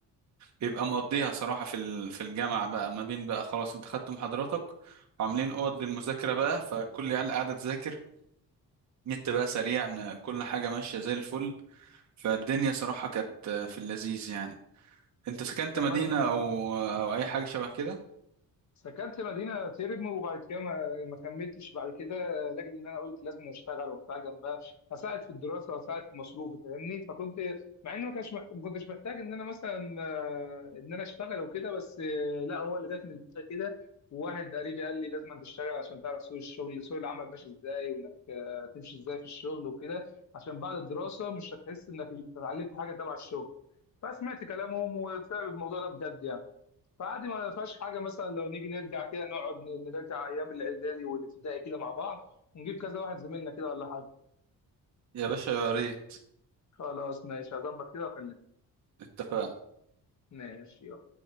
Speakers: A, on the right (about 50°); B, on the left (about 50°).
A: بيبقى مقضيها صراحة في ال- في الجامعة بقى ما بين بقى خلاص انت خدت محاضراتك وعاملين اوض للمذاكرة بقى فكل العيال قاعدة تذاكر نت بقى سريع ن- كل حاجة ماشية زي الفل فالدنيا صراحة كانت في اللذيذ يعني انت سكنت
B: طب
A: مدينة
B: ما
A: او او اي حاجة شبه كده
B: سكنت مدينة تيرم وبعد كده ما, ما كملتش بعد كده لاجل ان انا قلت لازم اشتغل وبتاع جنبها اساعد في الدراسة واساعد في مصروفي فاهمني فكنت مع ان ما كانش محت... ما كنتش محتاج ان انا مثلا آه، ان انا اشتغل وكده بس آه، لا هو اللي جاتني البداية كده وواحد قريبي قال لي لازم أن تشتغل عشان تعرف سوق الشغل سوق العمل ماشي ازاي وانك آه، تمشي ازاي في الشغل وكده عشان بعد الدراسة مش هتحس انك انت اتعلمت حاجة تبع الشغل فسمعت كلامهم وطلع الموضوع ده بجد يعني فعادي ما فيهاش حاجة مثلا لو نيجي نرجع كده نقعد ن- نرجع أيام الإعدادي والابتدائي كده مع بعض ونجيب كذا واحد زميلنا كده ولا حاجة
A: يا باشا يا ريت
B: خلاص ماشي هظبط كده وأكلمك
A: اتفقنا
B: ماشي يلا